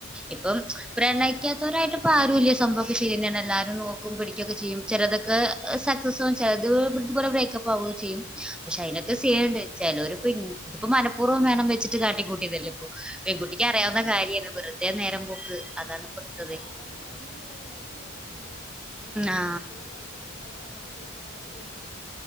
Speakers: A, in the centre; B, on the left.
A: ഇപ്പം
B: ആഹ്.
A: പ്രണയിക്കാതോരായിട്ടാരൂല്ല്യ സംഭവൊക്കെശെര്യന്നേണ്. എല്ലാരും നോക്കും പിടിക്ക്യാെക്കെ ചെയ്യും. ചെലതൊക്കെ
B: ഉം.
A: സക്സസാവും ചെലത് ഇത്പോലെ ബ്രേക്കപ്പാവും ചെയ്യും. പക്ഷെ അയ്നൊക്കെ
B: ഉം.
A: <unintelligible> ചെലോര്പ്പൊ ഇത് ഇപ്പൊ മനപ്പൂർവം വേണം വെച്ച്ട്ട് കാട്ടിക്കൂട്ടിയതല്ലേപ്പൊ പെൺകുട്ടിക്കറിയാവുന്ന
B: ആഹ്.
A: കാര്യാ വെറുതെ നേരം പോക്ക് അതാണ്. എടുത്തത്
B: അതെ അവന്റെകയ്യിന്ന് കൊറേ ക്യാഷ് കൊട്ത്തിട്ട്ണ്ട്. അവനവൊക്കെ
A: ആ
B: എന്തെക്ക്യാെ പൈസൊക്കെ കൊറേ കടൊക്കെ ചോയ്ച്ചിട്ട് അതൊക്കെ കൊടുത്ത്ണ്ട്